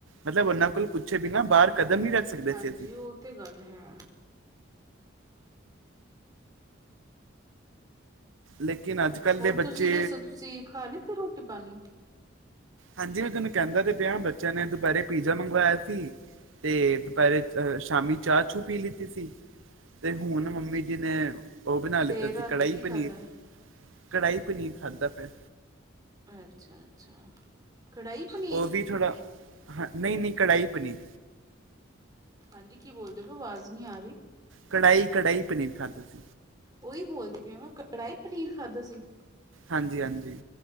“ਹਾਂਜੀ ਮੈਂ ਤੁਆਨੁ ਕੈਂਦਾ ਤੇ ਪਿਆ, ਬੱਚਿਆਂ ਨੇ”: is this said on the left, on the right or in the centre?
Right